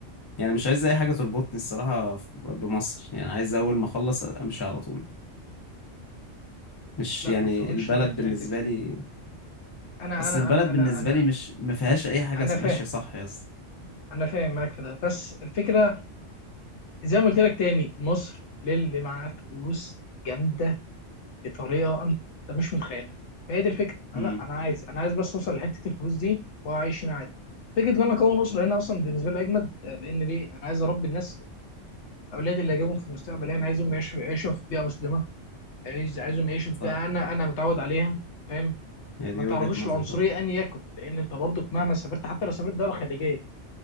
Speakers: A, on the left (about 25°); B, on the left (about 70°).
A: يعني مش عايز اي حاجه تربطني الصراحه ف- بمصر يعني عايز اول ما اخلص امشي على طول مش
B: لا
A: يعني
B: ما اتفقش
A: البلد
B: معاك في
A: بالنسبه
B: الحته دي
A: لي
B: انا
A: اصل
B: انا
A: البلد
B: انا انا
A: بالنسبه
B: انا
A: لي مش ما فيهاش اي حاجه
B: انا
A: ماشيه
B: فاهم
A: صح يا اسطى
B: انا فاهم معاك في ده بس الفكره زي ما قلت لك تاني مصر للي معاه فلوس جامده بطريقه انت مش متخيلها فهي دي الفكره أنا-
A: امم
B: لا انا عايز انا عايز بس اوصل لحته الفلوس دي واعيش هنا عادي فكره ان انا اكون اسره هنا اصلا بالنسبه لي اجمد لان ليه انا عايز اربي الناس اولادي اللي اجيبهم في المستقبل يعني عايزهم يعيشوا يعيشوا في بيئه مسلمه عايز عايزهم يعيشوا
A: صح
B: بقى انا انا متعود عليها فاهم
A: هي
B: ما
A: دي
B: تعرضوش
A: وجهه نظر
B: للعنصريه
A: برضه
B: ان يكن لان انت برضك مهما سافرت حتى لو سافرت دوله خليجيه